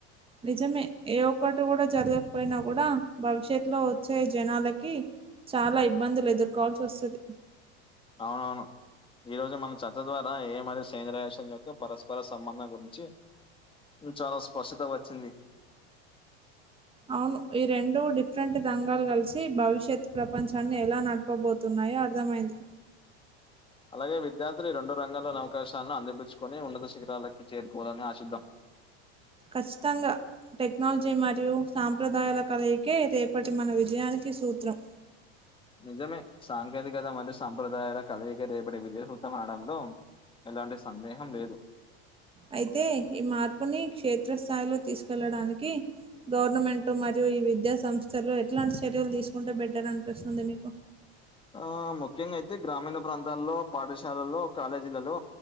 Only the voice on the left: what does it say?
అవునవును ఈ రోజు మన చెత్త ద్వారా ఏ మరియు సేంద్ర వ్యవస్థ యొక్క పరస్పర సంబంధం గురించి చాలా స్పష్టత వచ్చింది
అలాగే విద్యార్థులు రొండు రంగాల్లోని అవకాశాలను అందిపించుకొని ఉన్నత శిఖరాలకి చేరుకోదని ఆశిద్దం
నిజమే సాంకేతికత మరియు సాంప్రదాయ కలయిక రేపటి విజయసూత్రం అనడంలో ఎలాంటి సందేహం లేదు
ఆ ముఖ్యంగా అయితే గ్రామీణ ప్రాంతాల్లో పాఠశాలలో కాలేజీలలో